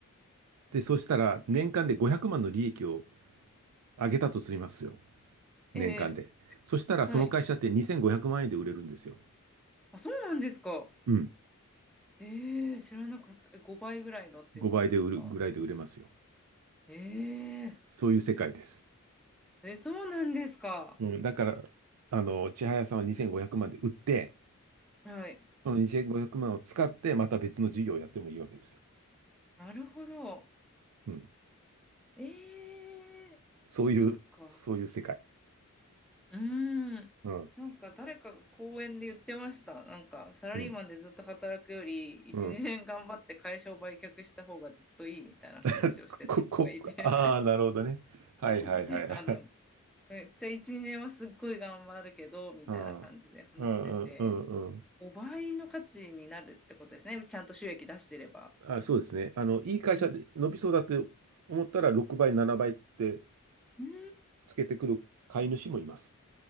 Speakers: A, on the right; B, in the centre.
A: で、そしたら、年間で500万の利益を上げたとしますよ。
B: ええ
A: 年間で。そしたら、
B: はい。
A: その会社って2500万円で売れるんですよ。
B: あ、そうなんですか。
A: うん。
B: ええ知らなかった。5倍ぐらいのっていうことですか
A: 5倍で売るぐらいで売れますよ。
B: え
A: そういう世界です。
B: ええ、そうなんですか。
A: うん。だから、あの、千早さんは2500万で売って、
B: はい。
A: その2500万を使って、また別の事業をやってもいいわけですよ。
B: なるほど。
A: うん。
B: ええ
A: そういう、
B: そっか。
A: そういう世界。
B: うーん。
A: うん。
B: なんか誰かが講演で言ってました。なんかサラリーマンでずっと働くより1、
A: うん。うん。
B: 2年頑張って会社を売却した方がずっといいみたいな話をしてた人がいて
A: <laughs> こ、こ、こああ、なるほどね。はいはいはいはい。
B: <laughs> あの、めっちゃ1、2年はすっごい頑張るけどみたいな感じで話してて、
A: うん。うんうんうんうん。
B: 5倍の価値になるってことですね。ちゃんと収益出してれば。
A: あ、そうですね。あの、いい会社で伸びそうだって
B: うん
A: 思ったら、6倍、7倍って
B: うん
A: つけてくる買い主もいます。